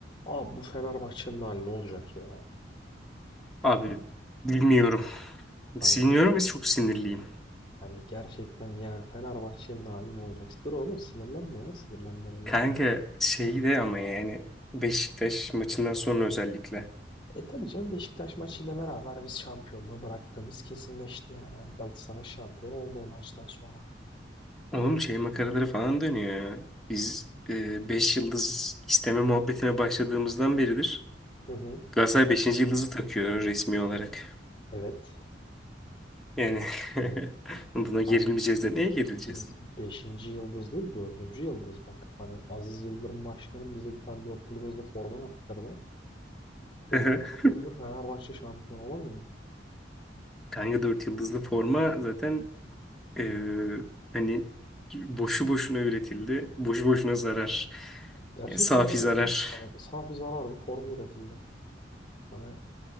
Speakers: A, on the left (about 25°); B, in the centre.
A: Abi bu Fenerbahçe'nin hali ne olacak ya?
B: Abi bilmiyorum.
A: Hani
B: Siniyorum ve çok sinirliyim.
A: hani gerçekten yani Fenerbahçe'nin hali ne olacak? Dur oğlum sinirlenme ya. Sinirlenmene gerek
B: Kanka
A: yok.
B: şey de ama yani Beşiktaş maçından sonra özellikle.
A: E tabii canım Beşiktaş maçıyla beraber biz şampiyonluğu bıraktığımız kesinleşti yani. Hani Galatasaray şampiyon oldu o maçtan sonra.
B: Oğlum şey makaraları falan dönüyor ya. Biz e, 5 yıldız isteme muhabbetine başladığımızdan beridir.
A: Hı hı.
B: Galatasaray beşinci yıldızı takıyor resmi olarak.
A: Evet.
B: Yani <laughs>
A: Hani
B: buna gerilmeyeceğiz
A: bak
B: de neye gerileceğiz?
A: biz beşinci yıldız değil dördüncü yıldız bak. Hani Aziz Yıldırım Başkanım bize bir tane 4 yıldızlı forma yaptırdı. O
B: <laughs>
A: gün bugündür Fenerbahçe şampiyon olamıyor
B: Kanka 4 yıldızlı forma zaten Ee, hani boşu boşuna üretildi. Boşu boşuna zarar.
A: Gerçekten
B: Yani safi
A: öyle
B: zarar.
A: yani. Hani safi zarar bir form üretildi. Hani